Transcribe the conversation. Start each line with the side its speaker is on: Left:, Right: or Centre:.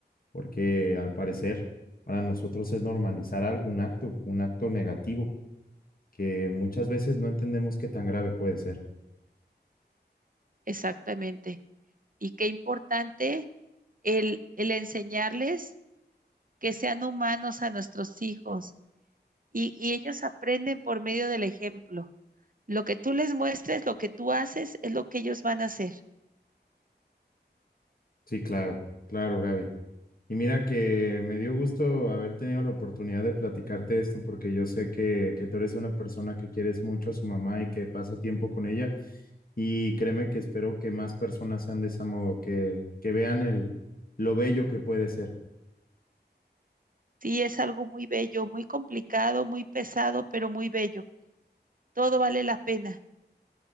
Left: porque al parecer para nosotros es normalizar al- un acto, un acto negativo, que muchas veces no entendemos qué tan grave puede ser.
Right: Exactamente. Y qué importante el, el enseñarles que sean humanos a nuestros hijos. Y, y ellos aprenden por medio del ejemplo. Lo que tú les muestres, lo que tú haces, es lo que ellos van a hacer.
Left: Sí, claro, claro, Gaby. Y mira que me dio gusto haber tenido la oportunidad de platicarte esto, porque yo sé que, que tú eres una persona que quieres mucho a su mamá y que pasa tiempo con ella. Y créeme que espero que más personas sean de ese modo, que, que vean el, lo bello que puede ser.
Right: Sí, es algo muy bello, muy complicado, muy pesado, pero muy bello. todo vale la pena.